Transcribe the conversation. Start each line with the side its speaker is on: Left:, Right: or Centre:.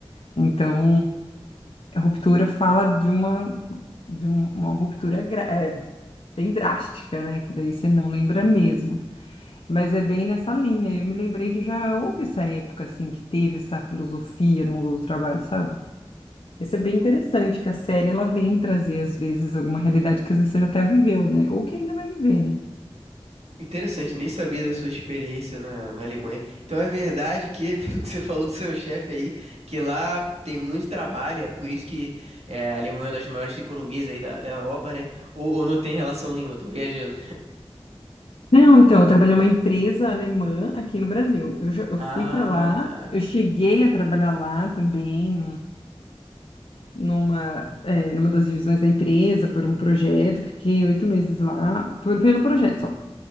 Left: Então, a ruptura fala de uma de um- uma ruptura gra- é, bem drástica, né? Que daí você não lembra mesmo. Mas é bem nessa linha. Eu me lembrei que já houve essa época, assim, que teve essa filosofia no mundo do trabalho, sabe? Isso é bem interessante, que a série ela vem trazer, às vezes, alguma realidade que às vezes você já até viveu, né? Ou que ainda vai viver, né?
Right: Interessante, nem sabia da sua experiência na, na Alemanha. Então é verdade que, <laughs> pelo que você falou do seu chefe aí, que lá tem muito trabalho, é por isso que é, a Alemanha é uma das maiores economias aí da, da Europa, né? Ou, ou não tem relação nenhuma, eu tô viajando.
Left: Não, então, eu trabalhei numa empresa alemã aqui no Brasil. Eu, já, eu
Right: Ah,
Left: fui para lá,
Right: tá.
Left: eu cheguei a trabalhar lá também, numa, é, numa das divisões da empresa por um projeto, fiquei oito meses lá por- pelo projeto só.